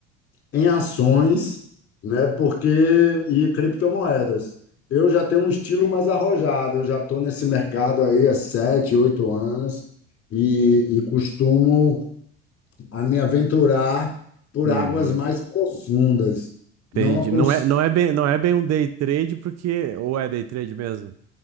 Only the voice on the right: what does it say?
Uhum.
Entendi.
Não é, não é bem, não é bem um day trade porque ou é day trade mesmo?